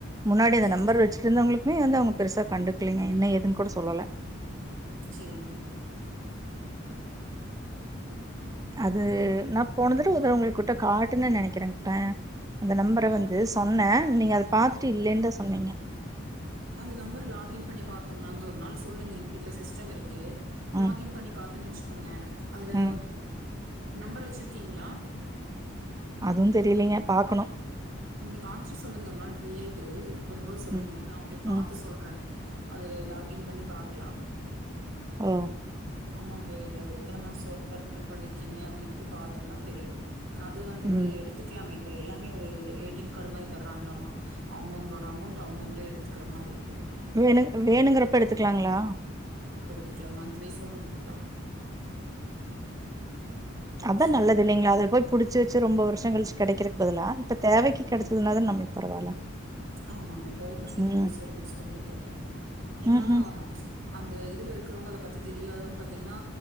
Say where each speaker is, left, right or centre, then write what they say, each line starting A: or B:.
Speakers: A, on the right (about 15°); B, on the right (about 85°).
A: முன்னாடி அந்த
B: சரி,
A: நம்பர்
B: சரி.
A: வெச்சுட்ருந்தவங்களுக்மே வந்து அவங்க பெருசா கண்டுக்கலிங்க என்ன ஏதுனு கூட சொல்லல
B: சரிங்க.
A: அது
B: ம்.
A: நா போனது ட்டு இது உங்ககுட்ட காட்னே நெனைக்கிறேங் ப்ப அந்த நம்பர் ட்ட வந்து சொன்னே நீங்க அத பாத்துட்டு இல்லேன்னு தா சொன்னீங்க
B: அந்த நம்பர் லாக்கின் பண்ணி பாத்தோம் நாங்க ஒரு நாள் சொல்லுங்க எங்க வீட்ல சிஸ்டம் இருக்கு லாகின்
A: ம்,
B: பண்ணி பாத்தன் வெச்சுக்கங்க அதுல
A: ம்.
B: நம்பர் வச்சுருக்கிங்ளா
A: அதுவு தெரிலைங்க பாக்கணு
B: நீங்க பாத்துட்டு சொல்லுங்க ஒரு நாள் ஃப்ரி ஆயிட்டு வீட்டுக்கு வரும்போது சொல்லுங்க
A: ம்,
B: நா உங்களுக்கு பாத்து
A: ம்.
B: சொல்றே அதில் லாகின் பண்ணி பாக்லா
A: ஒ
B: அமௌண்ட் எவ்ளவு எத்தன மாச ஒர்க் பண்ணி பண்ணிருக்கிங்க அப்படின்ட்டு பாத்தம்னா தெரியு அது வந்துட்டு
A: ம்.
B: எடுத்துக்கலாமே இப்போ எல்லாமே ஒரு ஏ டி எம் கார்டு மாதிரி தராங்களாமா அவுங்கவுங்களோட அமௌண்ட்டு அவுங்கவுங்க ளே எடுத்துக்கிற மாரி
A: வேணுங் வேணுங்கறப்ப எடுத்துக்கலாங்களா
B: எடுத்துக்கலா மந்த் வைஸ்ஸாவு எடு த்துக்லா ஒரு ஆப்ஷன்
A: அதா நல்லது
B: கொண்டு
A: இல்லீங்களா
B: வர
A: அத போய் புடிச்சு வச்சி ரொம்ப வருஷ கழிச்சி கெடக்கிறக்கு பதிலா இப்ப தேவைக்கு
B: ஆமாங்க
A: கெடைச்சிதுன்னாதா நம்ளுக்கு பரவால்ல
B: ஆமாங்க கவர்மெண்ட் இப்ப
A: ம்.
B: புதுசா ரூல்ஸ் கொண்டு வந்துருக்காங்க ஏன்னா
A: ம்ஹ்ம்.
B: அந்த இதுல இருக்கிறவங்க அத பத்தி தெரியாதவங்க பாத்திங்ன்னா